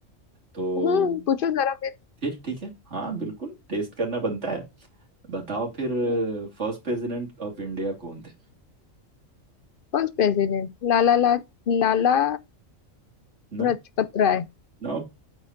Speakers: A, on the right; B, on the left.
A: तो
B: हम्म पूछो जरा फिर
A: फिर ठीक है हाँ बिल्कुल टेस्ट करना बनता है बताओ फिर
B: हम्म,
A: फर्स्ट प्रेसिडेंट ऑफ इंडिया कौन थे
B: कौन प्रेसिडेंट लाला ला लाला लाला
A: No
B: लजपत राय
A: No